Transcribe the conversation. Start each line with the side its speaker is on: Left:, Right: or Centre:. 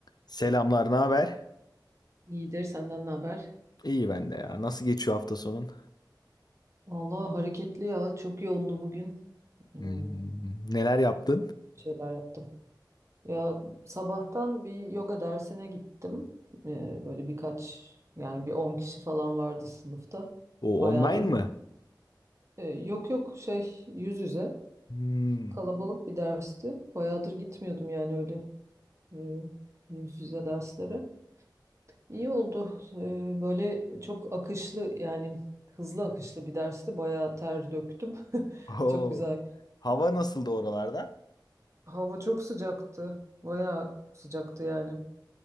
Left: Selamlar, ne haber?
Right: İyidir senden ne haber?
Left: İyi ben de ya. Nasıl geçiyor hafta sonun?
Right: Vallahi hareketli ya çok yoğundu bugün. Hmm,
Left: Hmm, neler yaptın?
Right: şeyler yaptım. Ya sabahtan bir yoga dersine gittim. Ee, böyle birkaç yani bir 10 kişi falan vardı sınıfta.
Left: O
Right: Bayağıdır
Left: online mı?
Right: e, yok yok şey yüz yüze
Left: Hmm.
Right: kalabalık bir dersti. Bayağıdır gitmiyordum yani öyle e, yüz yüze derslere. İyi oldu. Ee, böyle çok akışlı yani hızlı akışlı bir dersti. Bayağı ter döktüm. <laughs>
Left: Oo.
Right: Çok güzel
Left: Hava nasıldı oralarda?
Right: Hava çok sıcaktı. Bayağı sıcaktı yani.